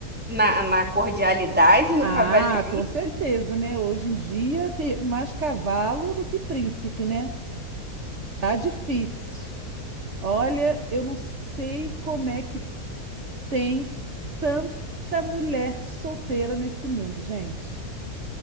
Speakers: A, in the centre; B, on the right.
A: Na, na cordialidade, no
B: Ah,
A: cavalheirismo.
B: com certeza, né? Hoje em dia tem mais cavalo do que príncipe, né? Tá difícil. Olha, eu não sei como é que tem tanta mulher solteira nesse mundo, gente.